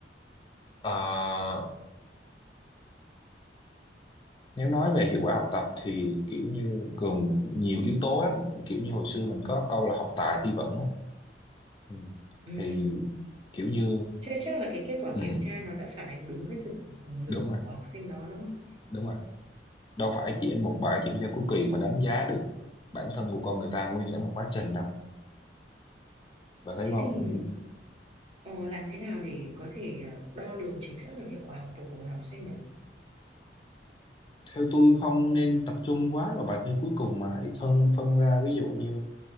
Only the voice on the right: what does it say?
Ừm,
Thế chắc là cái kết quả
kiểm tra nó đã phản ánh đúng cái thực lực
của học sinh đó đúng không?
Thế
thì
ờ, làm thế nào để có thể ờ, đo lường chính xác được hiệu quả học tập của một học sinh nhỉ?